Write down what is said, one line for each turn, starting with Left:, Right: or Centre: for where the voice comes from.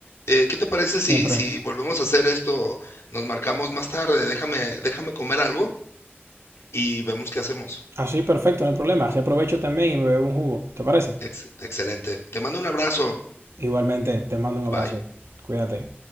Left: Eh, ¿qué te parece si,
Right: Siempre.
Left: si volvemos a hacer esto? Nos marcamos más tarde, déjame, déjame comer algo y vemos qué hacemos.
Right: Así, perfecto, no hay problema. Así aprovecho también y me bebo un jugo. ¿Te parece?
Left: Ex- excelente. Te mando un abrazo.
Right: Igualmente, te mando un abrazo.
Left: Bye.
Right: Cuídate.